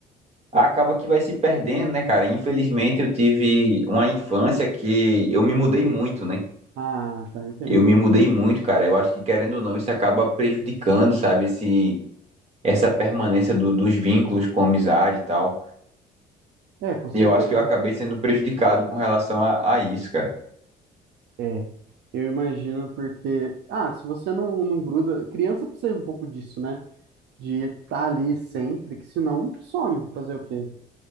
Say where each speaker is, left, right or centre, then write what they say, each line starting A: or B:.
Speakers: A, on the right; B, on the right.
A: acaba que vai se perdendo, né, cara? Infelizmente eu tive uma infância que eu me mudei muito, né?
B: Ah, tá, entendo.
A: Eu me mudei muito, cara. Eu acho que querendo ou não, isso acaba prejudicando, sabe, esse essa permanência do- dos vínculos com a amizade e tal.
B: É, com certeza.
A: E eu acho que eu acabei sendo prejudicado com relação a, a isso, cara.
B: É. Eu imagino porque, ah, se você não, não gruda, criança precisa um pouco disso, né? de estar ali sempre, que senão some. Fazer o quê?